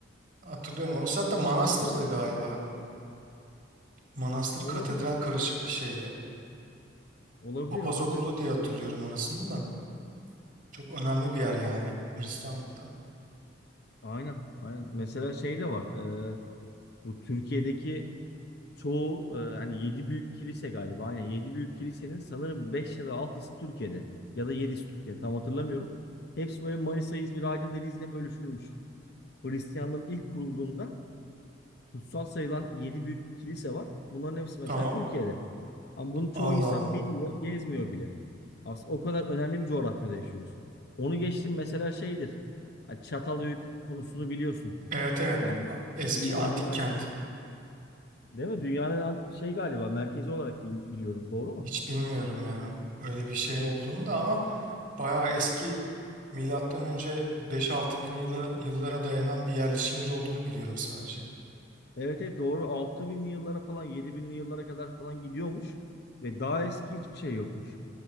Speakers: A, on the right; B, on the left.
A: Hatırlıyorum orası hatta manastırdı galiba. Manastır katedral
B: Olabilir.
A: karışık bir şeydi.
B: Olabilir
A: Papaz
B: olabilir.
A: okulu diye hatırlıyorum orasını da. Çok önemli bir yer yani Hristiyanlıkta.
B: Aynen aynen. Mesela şey de var. e, bu Türkiye'deki çoğu e, hani 7 büyük kilise galiba. Aynen 7 büyük kilisenin sanırım 5 ya da altısı Türkiye'de. Ya da 7'si Türkiye tam hatırlamıyorum. Hepsi böyle Manisa, İzmir, Aydın, Denizli'de bölüşülmüş. Hristiyanlığın ilk kurulduğunda kutsal sayılan 7 büyük kilise var. Bunların hepsi mesela
A: Tamam.
B: Türkiye'de. Ama bunu çoğu
A: Allah
B: insan
A: Allah.
B: bilmiyor, gezmiyor bile. Aslında o kadar önemli bir coğrafyada yaşıyoruz. Onu geçtim mesela şeydir. Ha, Çatalhöyük konusunu biliyorsun.
A: Evet evet.
B: Yani
A: Eski
B: dünyanın
A: antik
B: merkezi.
A: kent.
B: Değil mi? Dünyanın an- şey galiba merkezi olarak bil- biliyorum. Doğru mu?
A: Hiç bilmiyorum ya. Öyle bir şey olduğunu da ama bayağı eski milattan önce beş altı bin yılı yıllara dayanan bir yerleşim yeri olduğunu biliyorum sadece.
B: Evet evet doğru. 6000'li yıllara falan 7000'li yıllara kadar falan gidiyormuş. Ve daha eski hiçbir şey yokmuş.